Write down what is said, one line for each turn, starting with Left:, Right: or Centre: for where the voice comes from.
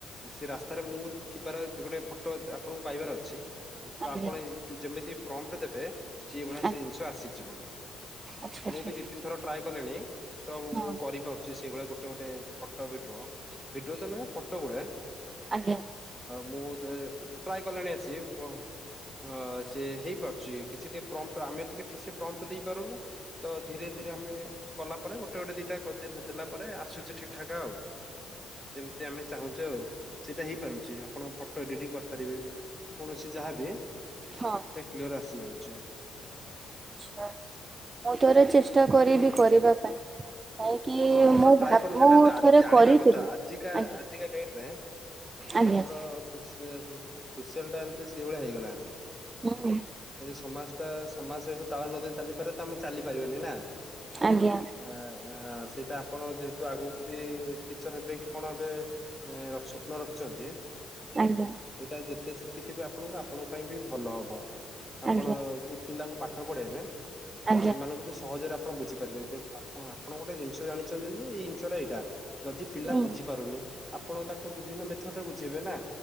Centre: ସେ ରାସ୍ତାରେ ମୁଁ ଥିବାର ଗୋଟେ ଫଟୋ ଆପଣଙ୍କୁ ପାଇବାର ଅଛି। ତ
Right: ଆଜ୍ଞା
Centre: ଆପଣ ଯେମିତି ପ୍ରମ୍ପଟ ଦେବେ ସେଇ ଭଳିଆ
Right: ଆଜ୍ଞା
Centre: ସେ ଜିନିଷ ଆସିଯିବ।
Right: ଆଚ୍ଛା ଆଚ୍ଛା
Centre: ମୁଁ ବି ଦି ତିନି ଥର ଟ୍ରାଏ କଲିଣି ତ
Right: ହଁ
Centre: ମୁଁ କରିପାରୁଛି ସେଇଭଳିଆ ଗୋଟେ ଗୋଟେ ଫଟୋ ଭିଡିଓ ଭିଡିଓ ତ ନୁହେଁ ଫଟୋ ଗୁଡା
Right: ଆଜ୍ଞା
Centre: ମୁଁ ଟ୍ରାଏ କଲେଣି ଆସିି ବ ଅଁ ସେ ହେଇପାରୁଛି କିଛି ଟିକେ ପ୍ରମଟ ଆମେ ଟିକେ ଠିକ୍ ସେ ପ୍ରମଟ ଦେଇପାରୁନୁ ତ ଧୀରେ ଧୀରେ ଆମେ କଲା ପରେ ଗୋଟେ ଗୋଟେ ଦିଟା ଦେଲ ଦେଲା ପରେ ଆସୁଛି ଠିକ୍ ଠାକ୍ ଆଉ। ଯେମତି ଆମେ ଚାହୁଁଛେ ଆଉ ସେଇଟା ହେଇପାରୁଛି ଆପଣ ଫଟୋ ଏଡିଟିଂ କରିପାରିବେ। କୌଣସି ଯାହା ବି।
Right: ହଁ
Centre: ସେ କ୍ଲିୟର ଆସିଯାଉଚେ।
Right: ଆଛା ମୁଁ ଥରେ ଚେଷ୍ଟା କରିବି କରିବା ପାଇଁ। କାହିଁକି
Centre: ହଁ ଆପଣ
Right: ମୁଁ
Centre: ଟ୍ରାଏ
Right: ଭାବ
Centre: କରନ୍ତୁ
Right: ମୁଁ
Centre: ଏଇଟା ତ
Right: ଥରେ
Centre: ଜାଣିବା
Right: କରିଥିଲି
Centre: କଥା ଆଜିକା
Right: ଆଜ୍ଞା
Centre: ଆଜିକା ଡେଟ ରେ
Right: ଆଜ୍ଞା।
Centre: ଆମର ସୋସ-ସୋସିଆଲ ଟା ଏମିତି ସେଇଭଳିଆ ହେଇଗଲାଣି।
Right: ହଁ ହଁ।
Centre: ଆମେ ଯଦି ସମାଜ ଟା ସମାଜ ସହିତ ତାଳ ନ ଦେଇ ଚାଲିପାରିବା ତ ଆମେ ଚାଲିପାରିବାନି ନା।
Right: ଆଜ୍ଞା।
Centre: ଆ ହ ସେଇଟା ଆପଣ ଯେହେତୁ ଆଗକୁ ବି ଟିଚର ହେବେ କି କଣ ହେବେ ଏଁ ସ୍ୱପ୍ନ ରଖୁଛନ୍ତି
Right: ଆଜ୍ଞା।
Centre: ଏଇଟା ଯେତେ ଶିଖିଥିବେ ଆପଣଙ୍କୁ ଆପଣଙ୍କ ପାଇଁ ବି ଭଲ ହବ ଆପଣ
Right: ଆଜ୍ଞା
Centre: ଯୋଉ ପିଲାଙ୍କୁ ପାଠ ପଢ଼ାଇବେ
Right: ଆଜ୍ଞା
Centre: ସେମାନଙ୍କୁ ବି ସହଜରେ ଆପଣ ବୁଝିପାରିବେ ଆପଣ ଆପଣ ଗୋଟେ ଜିନିଷ ଜାଣିଛନ୍ତି ଯେ ଏଇ ଜିନିଷଟା ଏଇଟା ଯଦି ପିଲା
Right: ହୁଁ
Centre: ବୁଝି ପାରୁନି? ଆପଣ ତାକୁ ବିଭିନ୍ନ ମେଥଡ ରେ ବୁଝେଇବେ ନା